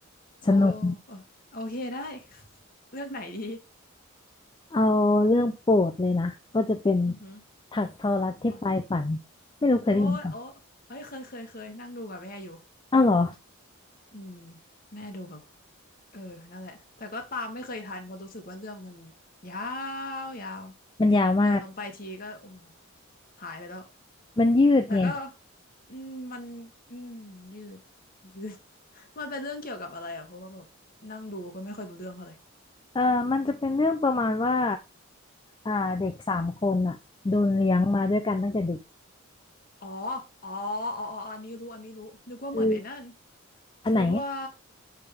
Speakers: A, on the left; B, on the left.
A: โอ้
B: สนุก
A: โอโอเคได้ <laughs> เลือกไหนดี
B: เอาเรื่องโปรดเลยนะ ก็จะเป็น
A: อือหือ
B: ถักทอรักที่ปลายฝัน
A: ปะ
B: ไม่รู้เคยได้ยินเปล่ะ
A: โอ้ยโอ้เอ้ยเคยเคยเคยนั่งดูกับแม่อยู่
B: อ้าวเหรอ
A: อืมแม่ดูแบบเออนั่นแหละแต่ก็ตามไม่เคยทันเพราะรู้สึกว่าเรื่องมันยาวยาว
B: มันยาวมาก
A: เดินลงไปทีก็โอ้หายไปแล้ว
B: มันยืดไง
A: แต่ก็ อืมมันอืมยืดยืด <laughs> มันเป็นเรื่องเกี่ยวกับอะไรอ่ะเพราะว่าแบบนั่งดูก็ไม่ค่อยรู้เรื่องเท่าไหร่
B: เออมันจะเป็นเรื่องประมาณว่าอ่าเด็กสามคนอ่ะโดนเลี้ยงมาด้วยกันตั้งแต่เด็ก
A: อือหือ อ๋ออ๋ออ๋ออ๋ออันนี้รู้อันนี้รู้นึกว่าเหมือนไอ้นั่น
B: คืออันไหน
A: นึกว่า